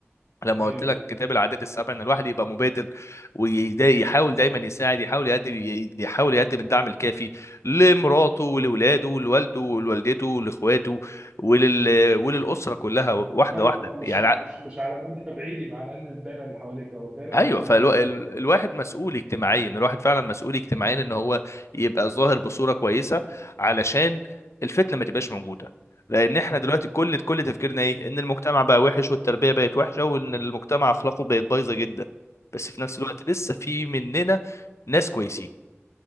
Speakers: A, on the left; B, on the right.
A: لما
B: ايوه
A: قلت لك كتاب العادات السبع ان الواحد يبقى مبادر ويحاول دايما يساعد يحاول يقدم يحاول يقدم الدعم الكافي لمراته ولولاده
B: مم.
A: لوالده ولوالدته لاخواته ولل... وللاسره كلها واحده
B: ايوه
A: واحده
B: لو مش
A: يعني
B: مش مش على مدى بعيد يبقى على الاقل الدايره اللي حواليك او الدايره المقربه
A: ايوه فالواحد
B: دي
A: مسؤول اجتماعيا الواحد فعلا مسؤول اجتماعيا ان هو يبقى ظاهر بصوره كويسه علشان الفتنه ما تبقاش موجوده لان احنا
B: مم.
A: دلوقتي كل كل تفكيرنا ايه ان المجتمع بقى وحش والتربيه بقت وحشه وان المجتمع اخلاقه بقت بايظه جدا بس في نفس
B: مم.
A: الوقت لسه في مننا ناس كويسين